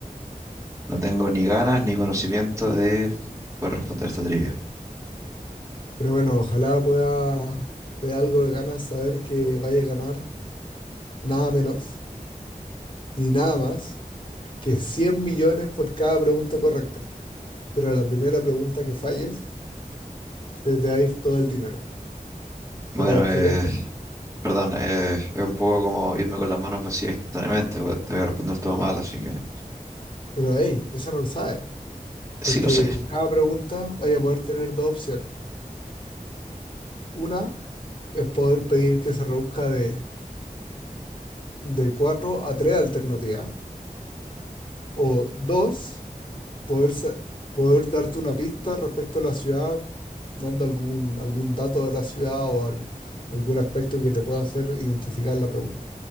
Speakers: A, on the right (about 20°); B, on the left (about 35°).
A: no tengo ni ganas ni conocimiento de poder responder esta trivia.
B: Pero bueno, ojalá pueda te dé algo de ganas saber que vaya a ganar nada menos ni nada más que es 100 millones por cada pregunta correcta, pero a la primera pregunta que falles, se te va a ir todo el dinero.
A: Bueno,
B: Para explicarte,
A: eh, perdón, eh, es un poco como irme con las manos vacías instantáneamente. porque Te voy a responder todo mal, así que
B: pero ahí, eso no lo sabes,
A: sí
B: porque
A: lo sé.
B: con cada pregunta vaya a poder tener dos opciones. Una es poder pedir que se reduzca de, de 4 a 3 alternativas, o dos, poder, sa- poder darte una pista respecto a la ciudad, dando algún, algún dato de la ciudad o al- algún aspecto que te pueda hacer identificar la pregunta.